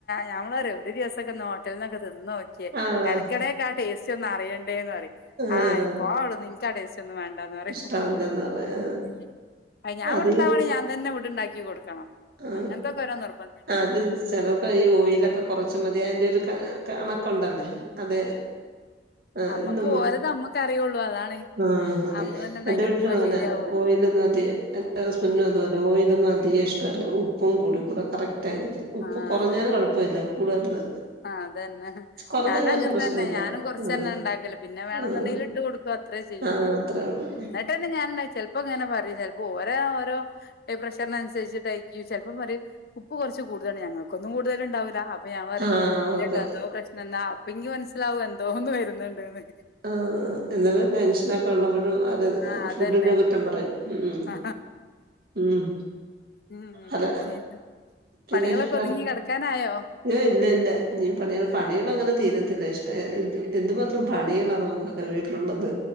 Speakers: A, on the left; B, on the right.
A: ഞമ്മള അറിയ രു ദിവസൊക്കെ ഹോട്ടലിന്ന് ഒക്കെ തി തിന്നു നോക്കിയേ
B: ആഹ്
A: ഇടക്കിടക്കെ ആ ടേസ്റ്റ് ഒന്നും അറിയണ്ടേന്ന് പറയും ആ
B: ആഹ്
A: പോ അവിടുന്ന് നിക്ക് ആ ടേസ്റ്റ് ഒന്നും വേണ്ട റയും
B: ഇഷ്ടമല്ലെന്ന് പറയാ
A: ഉം ഞാൻ ഇവിടെ
B: അത്
A: ഉണ്ടാവനേൽ ഞാൻ തന്നെ ഉണ്ടാക്കി കൊടുക്കണം
B: ആ
A: അങ്ങനത്തൊക്കെ ഓരോ നിർബന്ധം
B: അത് ചെിലപ്പോ ഈ ഓയിലൊക്കെ കുറച്ച മതി തിന്റെ ഒരു കണക്കുണ്ടല്ലേ അതെ ആ
A: അമ്മക്ക്
B: എന്ന
A: ഓരത് അമ്മക്ക് അറിയുള്ളൂ അതാണ്
B: ആ അതെ
A: നമ്മളന്നെ ഇണ്ടാക്കി
B: എന്റെ
A: കൊടുക്കുമ്പളേ
B: വീട്ടിലും അങ്ങനെ
A: ശരിയാവുള്ളൂ
B: ഓയിലൊന്നും അധികം എന്റെ ഹസ്ബെറ്റിനും
A: ഉം
B: അതുപോല ഓയിലൊന്നും അധികം ഇഷ്ട ഉപ്പും കൂടി കൂടെ കറക്റ്റ് ആയിരിക്കും ഉപ്പ്
A: ആഹ
B: കുറഞ്ഞാലും
A: അതന്നെ
B: കുഴപ്പമില്ല കൂടരുത്
A: ആ അതന്നെ
B: കുറഞ്ഞന്നാലും
A: ഞാനും അങ്ങനത്തെ
B: പ്രശ്നമില്ല
A: തന്നെ ഞാനും കൊറച്ച
B: ആഹ്
A: തന്നെ ഉണ്ടാക്കല്ല പിന്നെ വേണെന്നുണ്ടെങ്കിൽ
B: ആഹ്
A: ഇട്ട് കൊടുക്കുവ അത്രേ ചെയ്യുള്ളൂ
B: ആഹ് അത്രേ ഉള്ളൂ
A: എന്നിട്ട് തന്നെ ഞാനണ്ടാക്കി ചിലപ്പോ ഇങ്ങനെ പറയും ച അപ്പൊ ഓരോ ഓരോ ഡിപ്രഷറി അനുസരിച്ചിട്ടായിക്ക ചിലപ്പോം ഒരു ഉപ്പ് കൊറച്ച് കൂ ഞങ്ങക്കൊന്നും കൂടുതല്ണ്ടാവില്ല അപ് പ്പ ഞാൻപറയു
B: ആഹ് അവർക്ക്
A: ഇങ്ങക്കെന്തോ പ്രശ്നന്താ പ്പയ്ൻക്ക് ലവ് എന്തോന്ന് വരുന്നുണ്ട്ന്ന്.
B: ആ എന്നാലും ടെൻഷനൊക്കെള്ള <unintelligible> അതെ
A: ആ അതന്നെ
B: ഫുഡിനെ കുറ്റം പറയും ഉം
A: ആ
B: ഉം
A: ഉം
B: അല
A: ഉം. പിന്നെ
B: പിന്നെ
A: പണികളൊക്കെ
B: വേറെ
A: ഒതുങ്ങി കിടക്കാനായോ
B: ഏ ഇല്ലില്ല ഞ്ഞി പണിക
A: ഏഹ്
B: പണികളങ്ങനെ തീരത്തില്ല ഇഷ്ട ന്ത്‌ എന്തുമാത്രം പണിയാ നമുക്കൊക്കെ വീട്ടിലൊള്ളത്.